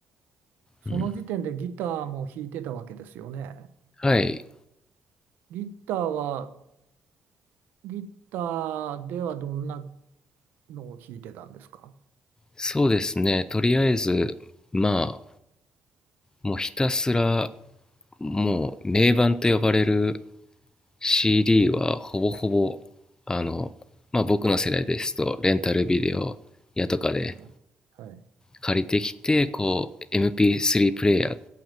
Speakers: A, on the right; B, on the left.
A: その時点でギターも弾いてたわけですよね。
B: うん、はい、
A: ギターは、ギターではどんなのを弾いてたんですか。
B: そうですね。とりあえず、まあ、もうひたすら、もう名盤と呼ばれる CD はほぼほぼ、あの、まあ僕の世代ですと、レンタルビデオやとかで
A: はい。はい。
B: 借りてきて、こう、MP3 プレイヤー